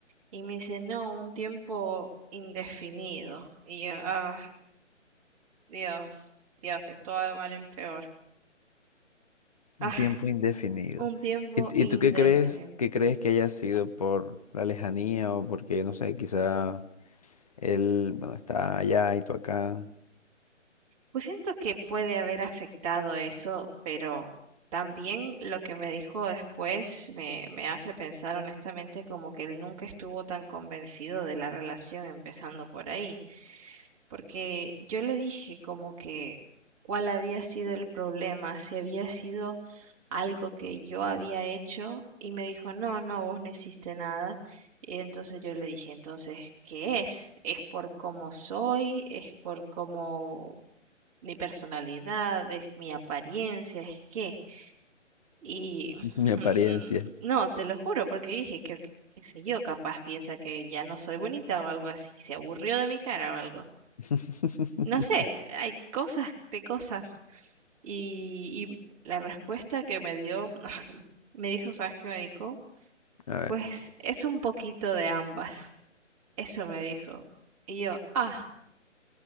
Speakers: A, on the right (about 30°); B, on the left (about 30°).
A: Y me dice, no, un tiempo indefinido. Y yo, ah, Dios, Dios, esto va de mal en peor. <laughs> Ah,
B: Un tiempo indefinido.
A: un tiempo
B: ¿Y,
A: indefinido.
B: y tú qué crees, qué crees que haya sido por la lejanía o porque, no sé, quizá Él, bueno, está allá y tú acá.
A: Pues siento que puede haber afectado eso, pero también lo que me dijo después me, me hace pensar honestamente como que él nunca estuvo tan convencido de la relación empezando por ahí. porque yo le dije como que cuál había sido el problema, si había sido algo que yo había hecho y me dijo, no, no, vos no hiciste nada. Y entonces yo le dije, entonces, ¿qué es? ¿Es por cómo soy? ¿Es por cómo mi personalidad? ¿Es mi apariencia? ¿Es qué? Y <laughs>
B: Mi apariencia.
A: mm, no, te lo juro, porque dije que, que- qué sé yo, capaz piensa que ya no soy bonita o algo así, se aburrió de mi cara o algo.
B: <laughs>
A: No sé, hay cosas de cosas. Y, y la respuesta que me dio, <laughs> me dijo, ¿sabes qué me dijo?
B: A ver,
A: Pues es un poquito de ambas. Eso me dijo. Y yo, ah,